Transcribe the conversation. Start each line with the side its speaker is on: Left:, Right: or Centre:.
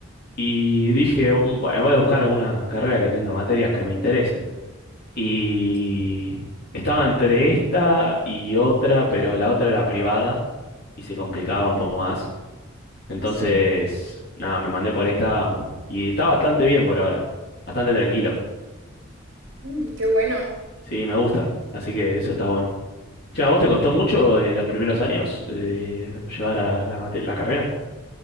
Left: Y dije, "Mm, bueno, voy a buscar alguna carrera que tenga materias que me interesen. Y estaba entre esta y otra, pero la otra era privada y se complicaba
Right: Ujú,
Left: un poco más. Entonces,
Right: Sí.
Left: nada, me mandé por esta y está bastante bien por ahora. Bastante tranquilo.
Right: Mm, qué bueno.
Left: Sí, me gusta. Así que eso está bueno. Che, ¿a vos te costó mucho eh, los primeros años eh, llevar a la, mate- la carrera?